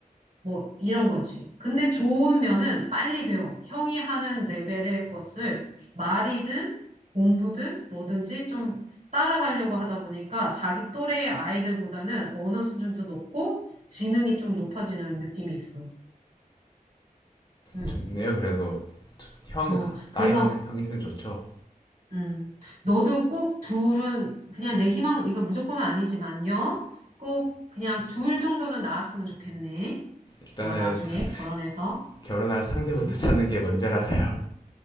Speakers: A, on the right; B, on the left.
A: 뭐 이런 거지. 근데 좋은 면은 빨리 배워. 형이 하는 레벨의 것을 말이든 공부든 뭐든지 좀 따라가려고 하다 보니까 자기 또래의 아이들보다는 언어 수준도 높고 지능이 좀 높아지는 느낌이 있어. 응.
B: 좋네요, 그래도. 두- 형,
A: 어,
B: 아,
A: 그래서,
B: 나이 많은 형 있으면 좋죠.
A: 음, 너도 꼭 둘은, 그냥 내 희망, 이거 무조건은 아니지만요. 꼭 그냥 둘 정도는 나왔으면 좋겠네.
B: 일단은
A: 너가 나중에
B: <laughs>
A: 결혼해서.
B: 결혼할 상대부터
A: 응?
B: 찾는 게 먼저라서요.